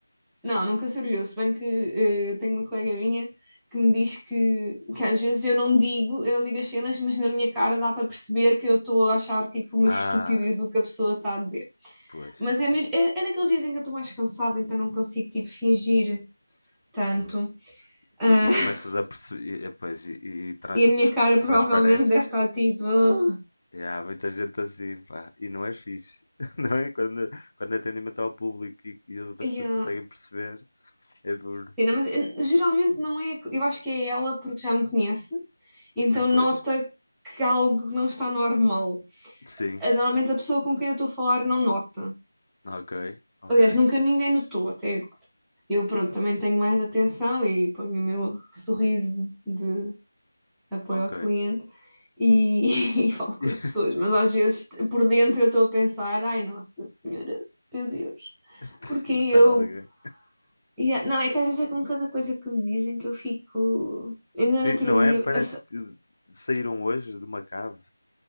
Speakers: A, in the centre; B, on the left.
A: Não, nunca surgiu. Se bem que eh, tenho uma colega minha que me diz que, que às vezes eu não digo, eu não digo as cenas, mas na minha cara dá para perceber que eu estou a achar tipo uma
B: Ah,
A: estupidez o que a pessoa está a dizer.
B: pois.
A: Mas é mesmo, é, é naqueles dias em que eu estou mais cansada, então não consigo tipo fingir tanto.
B: E,
A: Ah,
B: e começas
A: <laughs>
B: a perceber, pois, e, e trans-
A: e a minha
B: tr-
A: cara provavelmente
B: transparece.
A: deve estar tipo. "Ah".
B: E há muita gente assim, pá, e não é fixe, <laughs> não é? Quando, quando é atendimento ao público e, e as outras
A: E,
B: pessoas
A: ah,
B: conseguem perceber, é duro.
A: Sim, não, mas eh, geralmente não é. Eu acho que é ela porque já me conhece, então
B: Ah, pois,
A: nota que algo não está normal.
B: sim,
A: eh, normalmente a pessoa com quem eu estou a falar não nota.
B: ok, ok,
A: Aliás, nunca ninguém notou até agora. Eu, pronto, também tenho mais atenção e ponho o meu sorriso de apoio
B: ok.
A: ao cliente e, <laughs> e falo com
B: <laughs>
A: as pessoas. Mas às vezes, por dentro, eu estou a pensar: ai, Nossa Senhora, meu Deus,
B: Até-se
A: porque
B: matar
A: eu.
B: alguém.
A: E é- não, é que às vezes é com cada coisa que me dizem que eu fico. Ainda
B: Sim,
A: no outro
B: não
A: dia,
B: é? Parece
A: a,
B: que saíram hoje de uma cave,